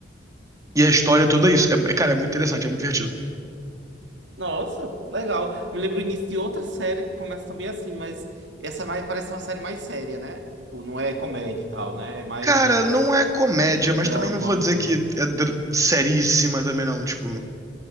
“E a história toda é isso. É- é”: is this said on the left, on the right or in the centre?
Right